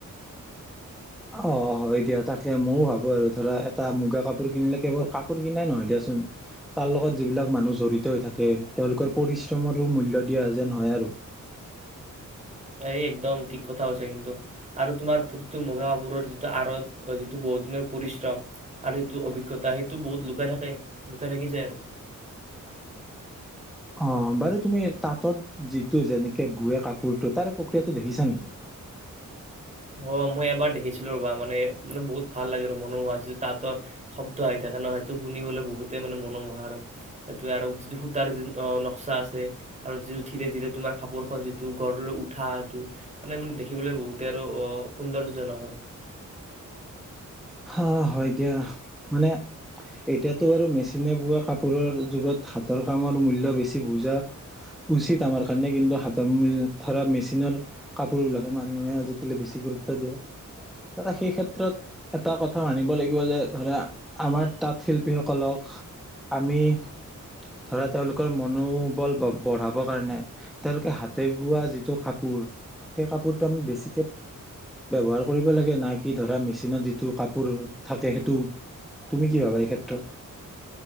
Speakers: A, in the centre; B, on the right.
A: অ হয় দিয়া তাকে ময়ো ভাবো আৰু ধৰা এটা মুগা কাপোৰ কিনিলে কেৱল কাপোৰ কিনাই নহয় দিয়াচোন, তাৰ লগত যিবিলাক মানুহ জড়িত হৈ থাকে তেওঁলোকৰ পৰিশ্ৰমৰো মূল্য দিয়া যেন হয় আৰু
B: এই একদম ঠিক কথা হৈছে কিন্তু আৰু তোমাৰ প্ৰতিটো মুগা কাপোৰৰ যিটো আঁৰত, যিটো বহুত দিনৰ পৰিশ্ৰম আৰু যিটো অভিজ্ঞতা সেইটো বহুত লুকাই থাকে, লুকাই থাকিছে আৰু।
A: অ বাৰু তুমি তাঁতত যিটো যেনেকে বুৱে কাপোৰটো তাৰে প্ৰক্ৰিয়াটো দেখিছা নেকি?
B: অ মই এবাৰ দেখিছিলো ৰবা মানে, মানে বহুত ভাল লাগে আৰু মনোমোহা যিটো তাঁতৰ শব্দ আহি থাকে ন সেইটো শুনিবলৈ বহুতে মানে মনোমোহাৰক, সেইটোৱে আৰু যিটো সূতাৰ যি নক্সা আছে আৰু যিটো ধীৰে ধীৰে তোমাৰ কাপোৰখন যিটো গঢ় উঠা সেইটো মানে মানে দেখিবলৈ বহুতে অ পোন্দৰ যোজননা আৰু
A: হা হয় দিয়া, মানে এতিয়াতো বাৰু মেচিনে বোৱা কাপোৰৰ যুগত হাতৰ কামৰ মূল্য বেছি বুজা উচিত আমাৰ কাৰণে কিন্তু হাতৰ মূল ধৰা মেচিনৰ কাপোৰবিলাকে মানুহে আজিকালি বেছি গুৰুত্ব দিয়ে সেই ক্ষেত্ৰত এটা কথা মানিব লাগিব যে ধৰা আমাৰ তাঁত শিল্পীসকলক, আমি ধৰা তেওঁলোকৰ মনোবল ব-বঢ়াবৰ কাৰণে তেওঁলোকে হাতে বোৱা যিটো কাপোৰ সেই কাপোৰটো আমি বেছিকৈ ব্যৱহাৰ কৰিব লাগে নাই কি ধৰা মেচিনত যি যিটো কাপোৰ থাকে সেইটো তুমি কি ভাবা এই ক্ষেত্ৰত?